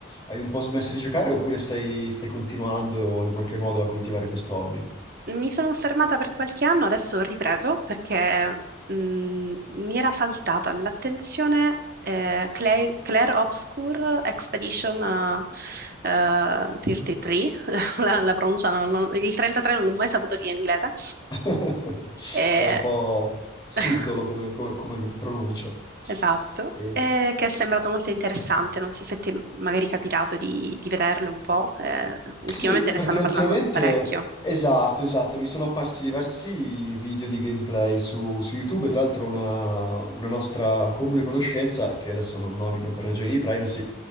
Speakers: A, on the left (about 20°); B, on the right (about 45°).
A: hai un po' smesso di giocare oppure stai, stai continuando in qualche modo a coltivare questo hobby?
B: Mi sono fermata per qualche anno, adesso ho ripreso perché mh, mi era saltata all'attenzione eh, Claire, Claire Obscure Expedition eh, eh, 33, <laughs> la, la pronunciano, non- non- il 33 non l'ho mai saputo dire in inglese,
A: <laughs>
B: Eh,
A: È un po' subdolo
B: <laughs>
A: come, come, come pronuncia.
B: esatto,
A: E-
B: eh, che è sembrato molto interessante, non so se ti è magari capitato di, di vederlo un po', eh, ultimamente
A: Sì, perché
B: ne stanno
A: ultimamente,
B: parlando parecchio.
A: esatto, esatto, mi sono apparsi diversi video di gameplay su, su YouTube, e tra l'altro una, una nostra comune conoscenza, che adesso non nomino per ragioni di privacy,